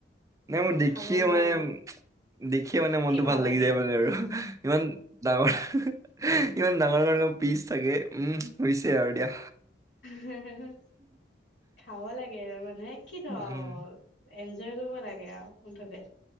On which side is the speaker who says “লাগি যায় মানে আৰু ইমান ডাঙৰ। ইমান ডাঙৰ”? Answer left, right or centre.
Right